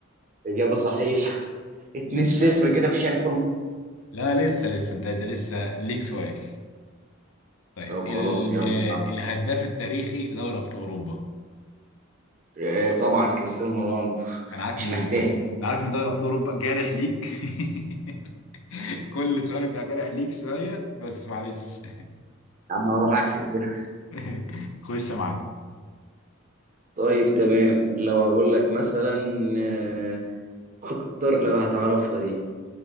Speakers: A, on the right (about 40°); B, on the left (about 85°).
A: اجابه صحيحه <laughs> 2-0
B: تسلم
A: كده في شنو
B: لا لسه لسه انت انت لسه ليك سؤال طيب
A: طب
B: ال...
A: خلاص يلا
B: الهداف التاريخي لدوري ابطال اوروبا
A: آه، طبعا كريستيانو رونالدو
B: انا عارف
A: مش
B: ان
A: محتاج
B: ال- انا عارف ان دوري ابطال اوروبا جارح ليك <laughs> <laughs> كل سؤال بيبقى جارح ليك شوية بس معلش
A: يا عم انا اروح اكشف كده
B: <laughs> خش يا معلم
A: طيب تمام لو هقول لك مثلا آه، اكتر لو هتعرفها دي